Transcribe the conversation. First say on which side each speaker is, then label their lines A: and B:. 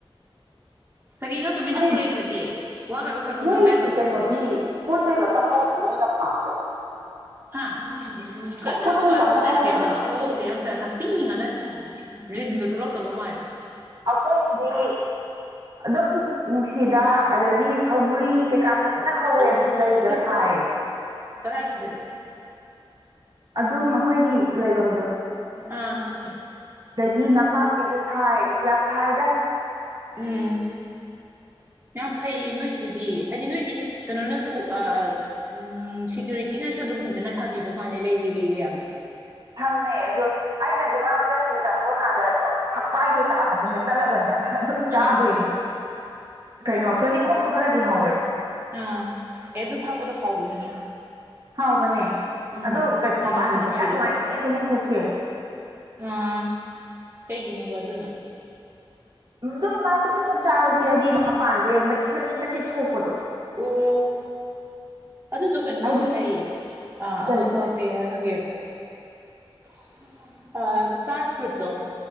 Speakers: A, on the right; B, on the right.
A: ꯀꯔꯤꯅꯣ ꯇꯨꯃꯤꯟꯅ
B: ꯅꯣꯏ
A: ꯑꯃꯨꯛ ꯂꯩꯈ꯭ꯔꯗꯤ ꯋꯥꯒꯗꯣ ꯈꯔ ꯈꯔ
B: ꯅꯣꯏꯒꯤ
A: ꯉꯥꯡꯕ ꯌꯥꯗꯕ꯭ꯔꯣ
B: ꯀꯩꯅꯣꯗꯤ ꯄꯣꯠ ꯆꯩꯒ ꯑꯝꯇ ꯍꯧꯗ꯭ꯔꯣ ꯅꯣꯏ ꯂꯝꯄꯥꯛꯇꯣ
A: ꯍꯥ
B: ꯄꯣꯠ
A: ꯀꯗ
B: ꯄꯣꯠ
A: ꯍꯥꯄꯜ
B: ꯆꯩꯒ ꯑꯝꯇ
A: ꯍꯗꯦꯗ
B: ꯍꯧꯗꯕ꯭ꯔꯕ
A: ꯀꯟꯇꯕꯨ ꯍꯗꯦ ꯑꯇꯅ <unintelligible> ꯄꯤ ꯉꯥꯛꯇꯥꯅꯦ ꯂꯤꯟꯒ ꯊꯣꯛꯂꯛꯇꯧꯕ ꯃꯥꯜꯂꯦ
B: ꯑꯈꯣꯏꯒꯤꯗꯤ ꯑꯗꯨꯝ ꯅꯨꯡꯁꯤ ꯍꯤꯗꯥꯛ ꯑꯗꯒꯤ ꯁꯧꯒꯔꯤ ꯀꯩꯀꯥ ꯐꯖꯅ ꯍꯧꯋꯦ
A: ꯑꯁ
B: ꯑꯗꯨꯝ ꯂꯩꯒ
A: ꯀꯔ
B: ꯊꯥꯏꯌꯦ
A: ꯀꯔꯥꯏꯒꯤꯗꯅꯣ
B: ꯑꯗꯨꯝ ꯑꯩꯈꯣꯏꯒꯤ ꯂꯩꯕꯝꯗꯣ
A: ꯑꯥ ꯐꯦ <unintelligible>
B: ꯑꯗꯒꯤ ꯅꯄꯥꯛꯄꯤꯁꯨ ꯊꯥꯏ ꯌꯥꯝ ꯊꯥꯏꯗ
A: ꯎꯝ ꯌꯥꯝ ꯐꯩꯌꯦ ꯅꯣꯏꯗꯨꯗꯤ ꯍꯥꯏꯗꯤ ꯅꯣꯏꯗꯤ ꯀꯩꯅꯣꯅꯁꯨ ꯑ ꯎꯝ ꯁꯦꯀ꯭ꯌꯨꯔꯤꯇꯤꯅꯁꯨ ꯑꯗꯨꯝ ꯐꯖꯅ ꯊꯥꯕꯤꯕ ꯃꯥꯜꯂꯦ ꯂꯩꯔꯤꯒꯦ ꯌꯥꯝ ꯁꯦꯆꯩꯇꯨ <unintelligible>
B: ꯊꯝꯃꯦ ꯑꯗꯣ ꯑꯩꯅꯁꯨ ꯃꯔꯛ ꯃꯔꯛꯇ ꯁꯦꯡ <unintelligible> ꯆꯥꯅꯤꯡꯕ ꯀꯥꯟꯗ ꯑꯗꯨꯝ ꯐꯛꯄꯥꯏ ꯀꯩꯀ ꯒꯥꯁꯦ ꯍꯦꯛꯇꯠꯂꯒꯅꯦ ꯑꯗꯨꯝ ꯆꯥꯗꯣꯏꯅꯦ
A: ꯑꯥ
B: ꯀꯩꯅꯣ ꯇꯨꯅꯤꯈꯣꯛꯁꯨ ꯈꯔꯗꯤ ꯍꯧꯔꯦ
A: ꯑ ꯑꯦꯗꯨ ꯊꯥꯛꯄꯗꯨ ꯍꯥꯎꯕꯅꯤꯍꯦ
B: ꯍꯥꯎꯕꯅꯦ
A: ꯎꯝ
B: ꯑꯗꯣ
A: ꯃꯅꯝꯒ
B: ꯃꯄꯥꯟ ꯊꯣꯛꯄꯗꯤ
A: ꯅꯨꯡꯁꯤꯔꯒ
B: ꯌꯥꯝ ꯅꯨꯡꯉꯥꯏꯇꯦꯌꯦ ꯇꯣꯛꯅꯤꯡꯈꯣꯛꯁꯦ
A: ꯑꯥ ꯀꯩꯒꯤꯅꯣꯕ ꯑꯗꯨꯅ
B: ꯎ ꯑꯗꯨꯝ ꯕꯥꯥꯏ ꯇꯣꯅꯤꯈꯣꯡ ꯆꯥꯕꯁꯦ ꯍꯥꯏꯗꯤ ꯃꯄꯥꯟꯁꯦ ꯃꯆꯤꯟꯠ ꯃꯆꯤꯠ ꯃꯆꯤꯠ ꯊꯣꯛꯄꯗꯣ
A: ꯑꯣ ꯑꯗꯨꯗꯣ ꯀꯩꯅꯣꯁꯨ
B: ꯑꯩꯗꯤ
A: ꯍꯥꯏꯌꯦ ꯑ
B: ꯀꯩ
A: ꯑꯃꯈꯛ ꯌꯥꯒꯒꯦ <unintelligible> ꯑ ꯁꯇꯔ ꯐ꯭ꯔꯨꯠꯇꯣ